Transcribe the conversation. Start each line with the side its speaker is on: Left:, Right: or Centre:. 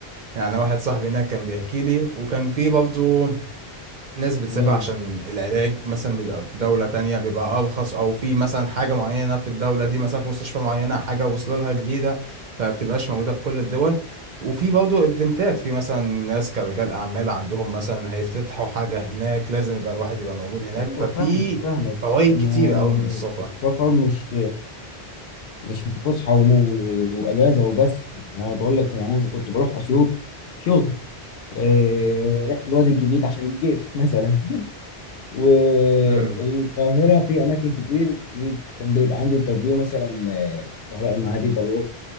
Right: يعني واحد صاحبي هناك كان بيحكي لي وكان في برضه ناس بتسافر
Left: ايوه
Right: عشان العلاج مثلا بيبقى في دولة تانية بيبقى أرخص أو في مثلا حاجة معينة في الدولة دي مثلا في مستشفى معينة حاجة وصلوا لها جديدة فبتبقاش موجودة في كل الدول وفي برضه إيفنتات في مثلا ناس كرجال أعمال عندهم مثلا هيفتتحوا حاجة هناك لازم يبقى الواحد يبقى موجود هناك
Left: ايوه
Right: ففي
Left: فاهمك فاهمك
Right: فوائد
Left: انا
Right: كتيرة أوي من السفر
Left: السفر مش مش فسحه وم- واجازه وبس انا بقول لك يعني انا كنت بروح اسيوط شغل إيه... رحت الوادي الجديد عشان الجيش مثلا والقاهرة
Right: امم
Left: في أماكن كتير في كان بيبقى عندي انترفيو مثلا آه، زهراء المعادي بروح